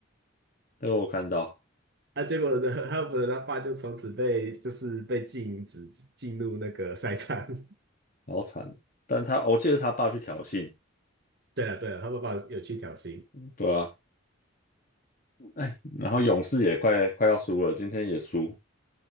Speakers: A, on the left; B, on the right.
A: 那个我看到，
B: 啊，结果呢，哈利芬他爸就从此被就是被禁止进入那个赛场。<laughs>
A: 好惨。但他我记得他爸去挑衅，
B: 对啊，对啊，他爸爸有去挑衅。
A: 对啊，哎，然后勇士也快快要输了，今天也输，